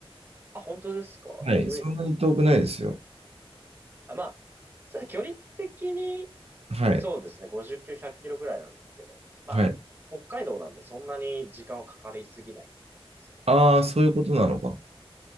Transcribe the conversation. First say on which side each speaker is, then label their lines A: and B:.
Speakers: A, on the right; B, on the right.
A: あ、本当ですか自分、
B: はい。そんなに遠くないですよ。
A: あ、まあ、そう距離的に、
B: はい。
A: そうですね、50キロ、100キロぐらいなんですけど、まあ、
B: はい。
A: 北海道なんでそんなに時間はかかりすぎないって感じですよね。
B: ああ、そういうことなのか。